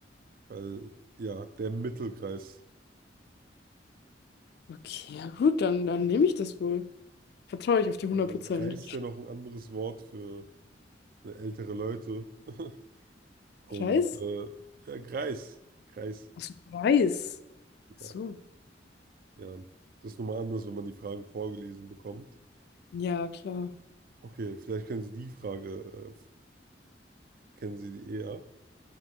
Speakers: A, on the right; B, on the left.
A: weil ja, der Mittelkreis.
B: Okay, ja gut, dann, dann nehme ich das wohl. Vertraue ich auf die hundert
A: Ja, weil
B: Prozent.
A: Greis ist ja noch ein anderes Wort für ne, ältere Leute. <laughs> Und
B: Preis?
A: äh, ja, Greis. Greis.
B: Achso, Preis.
A: Ja,
B: So.
A: ja. Das ist nochmal anders, wenn man die Fragen vorgelesen bekommt.
B: Ja, klar.
A: Okay, vielleicht kennen Sie die Frage, äh, kennen Sie die eher.